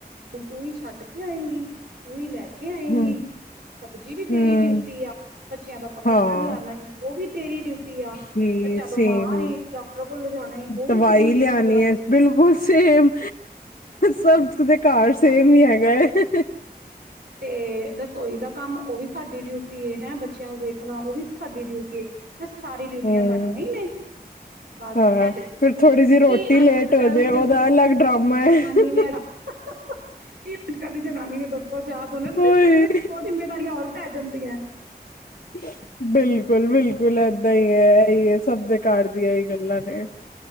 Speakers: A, on the right; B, on the left.
A: ਤੂੰ ਹੀ ਛੱਡ ਕੇ ਆਏਂਗੀ। ਤੂੰ ਹੀ ਲੈ ਕੇ ਆਏਂਗੀ।
B: ਹਮ
A: ਸਬਜੀੀ ਵੀ
B: ਹਮ
A: ਤੇਰੀ ਡਿਊਟੀ ਆ। ਬੱਚਿਆਂ ਦਾ ਕੱਪੜਾ
B: ਹਾਂ
A: ਲਿਆਉਦਾ। ਉਹ ਵੀ ਤੇਰੀ ਡਿਊਟੀ ਆ।
B: ਕਿ
A: ਬੱਚਾ
B: ਸੇਮ
A: ਬਿਮਾਰ ਏ ਡਾਕਟਰ ਕੋਲ ਲਿਜਾਣਾ ਈ ਉਹ ਵੀ
B: ਦਵਾਈ
A: ਤੇਰੀ
B: ਲਿਆਉਣੀ
A: ਡਿਊਟੀ ਆ
B: ਹੈ। ਬਿਲਕੁਲ ਸੇਮ। ਸਭ <unintelligible> ਘਰ
A: ਬਸ
B: ਸੇਮ ਹੀ ਹੈਗਾ। ਹੱ
A: ਤੇ ਰਸੋਈ ਦਾ ਕੰਮ ਉਹ ਵੀ ਸਾਡੀ ਡਿਊਟੀ ਟੀ ਏ ਹੈਂ ਬੱਚਿਆਂ ਨੂੰ ਵੇਖਣਾ ਉਹ ਵੀ ਸਾਡੀ ਡਿਊਟੀ ਏ। ਸਾਰੀ ਡਿਊਟੀਆਂ
B: ਹਮ
A: ਸਾਡੀਆਂ ਹੀ ਨੇ। ਬਸ
B: ਹਾਂ
A: ਇਹ ਦੇਖੋ
B: ਫਿਰ ਥੋੜ੍ਹੀ ਜਿਹੀ ਰੋਟੀ
A: ਕਿ ਅੱਜ
B: ਲੇਟ ਹੋ
A: ਕੱਲ
B: ਜਾਏ
A: ਦੀ
B: ਉਹਦਾ
A: ਜ
B: ਅਲੱਗ ਡਰਾਮਾ ਹੈ
A: ਜਨਾਨੀ ਨੇ ਕੀ ਅੱਜ ਕੱਲ ਦੀ ਜਨਾਨੀ ਨੇ ਦੁੱਧੋ ਜਾ ਦੋਨੇ
B: ਓਏ
A: ਸਿਰ ਤੇ ਜਿੰਮੇਦਾਰੀਆਂ ਹੋਰ ਪੈ ਜਾਂਦੀਆਂ।
B: ਬਿਲਕੁਲ ਬਿਲਕੁਲ, ਬਿਲਕੁਲ ਏਦਾਂ ਹੀ ਹੈ। ਇਹੀ ਹੈ। ਸਭ ਦੇਕਾਰ ਦੀਆਂ ਹੀ ਗੱਲਾਂ ਨੇ।